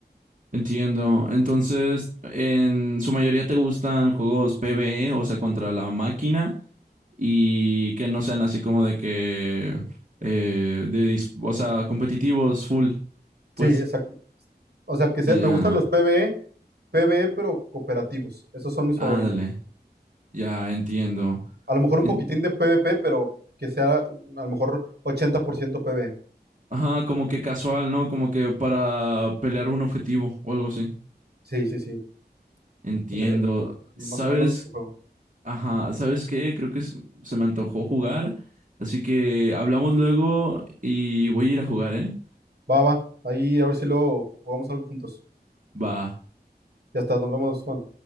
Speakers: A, on the right (about 50°); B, on the right (about 75°).
A: Entiendo. Entonces, en su mayoría te gustan juegos PvE, o sea, contra la máquina, y que no sean así como de que, eh, de, dis- o sea, competitivos full.
B: Sí,
A: Pues,
B: Sí, exacto. O sea, que se-
A: ya,
B: me gustan los PvE, PvE, pero cooperativos. Esos son mis
A: ándale,
B: favoritos.
A: ya entiendo.
B: A lo mejor
A: En-
B: un poquitín de PvP, pero que sea a lo mejor 80% PvE.
A: Ajá, como que casual, ¿no? Como que para pelear un objetivo o algo así.
B: Sí, sí, sí.
A: Entiendo.
B: Pues, eh, y
A: ¿Sabes?
B: más o menos lo que juego.
A: Ajá, ¿sabes qué? Creo que s- se me antojó jugar, así que hablamos luego y voy a ir a jugar, ¿eh?
B: Va, va. Ahí a ver si luego jugamos algo juntos.
A: Va.
B: Ya está, nos vemos, Juan.